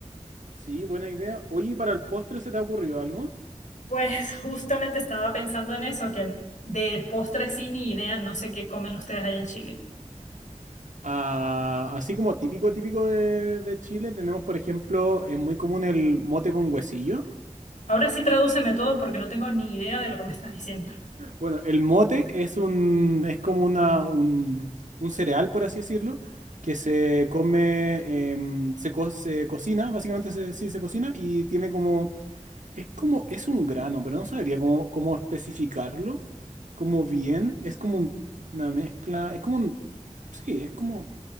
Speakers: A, on the right; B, on the left.
A: Sí, buena idea. Oye, ¿y para el postre se te ha ocurrido algo?
B: Pues <laughs> justamente estaba pensando en eso, que de postres sí ni idea, no sé qué comen ustedes allá en Chile.
A: Ah, así como típico, típico de, de Chile, tenemos, por ejemplo, es muy común el mote con huesillo.
B: Ahora sí tradúceme todo porque no tengo ni idea de lo que me estás diciendo.
A: Bueno, el mote es un, es como una, un, un cereal, por así decirlo, que se come, em, se, co- se cocina, básicamente se- sí se cocina y tiene como, es como, es un grano, pero no sabría cómo, cómo especificarlo, como bien, es como un- una mezcla, es como un, sí, es como,